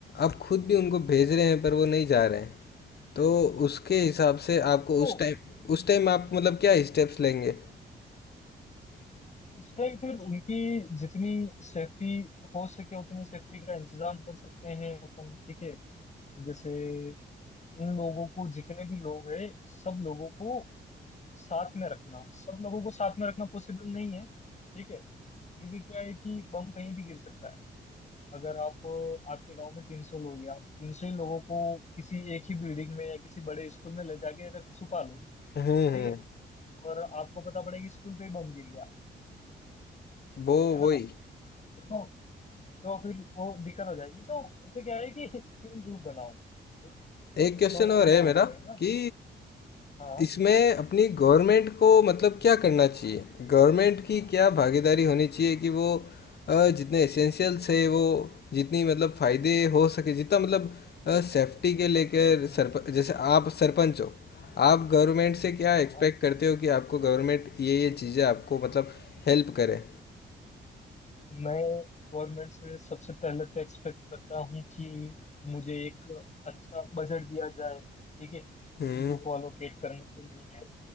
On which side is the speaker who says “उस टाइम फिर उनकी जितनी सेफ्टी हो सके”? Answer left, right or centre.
Left